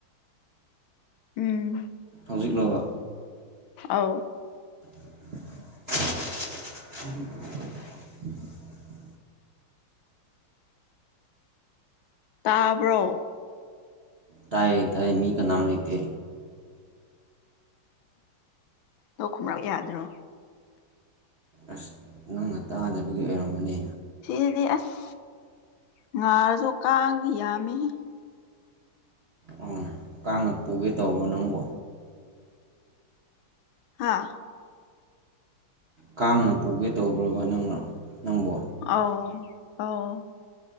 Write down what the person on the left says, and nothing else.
ꯎꯝ
ꯑꯥꯎ
ꯇꯥꯕ꯭ꯔꯣ
ꯎꯝ ꯈꯨꯝꯔꯛ ꯌꯥꯗ꯭ꯔꯣ
ꯁꯤꯗꯤ ꯑꯁ ꯉꯥꯔꯁꯨ ꯀꯥꯡꯗꯤ ꯌꯥꯝꯃꯤꯍꯦ
ꯍꯥꯥ
ꯑꯥꯎ ꯑꯥꯎ